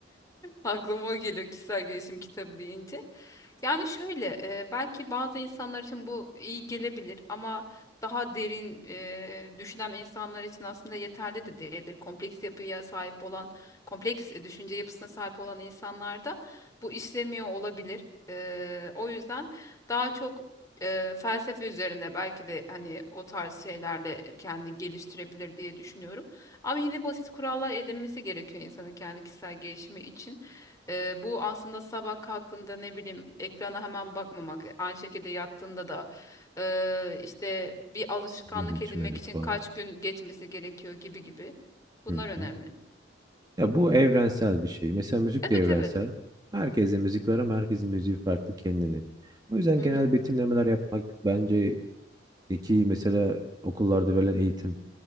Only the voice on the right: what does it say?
Sigara içmemek
falan.
Hı
hı. Ya bu evrensel bir şey. Mesela müzik
de evrensel.
Herkese müzik var ama herkesin müziği farklı kendine. O yüzden
genel
betimlemeler yapmak bence ki mesela okullarda verilen eğitim.